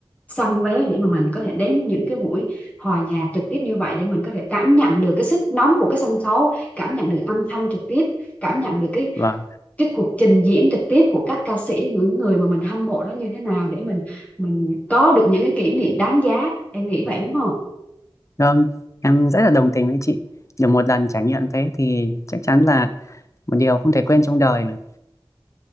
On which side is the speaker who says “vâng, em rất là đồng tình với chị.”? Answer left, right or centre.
Left